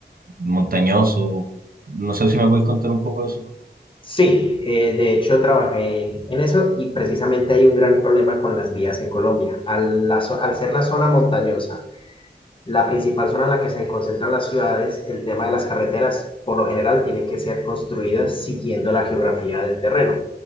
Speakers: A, on the right; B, on the left.
A: montañosos? No sé si me podéis contar un poco de eso.
B: sí, eh, de hecho trabajé en eso y precisamente hay un gran problema con las vías en Colombia. Al, la, al ser la zona montañosa la principal zona en la que se concentran las ciudades, el tema de las carreteras, por lo general, tienen que ser construidas siguiendo la geografía del terreno.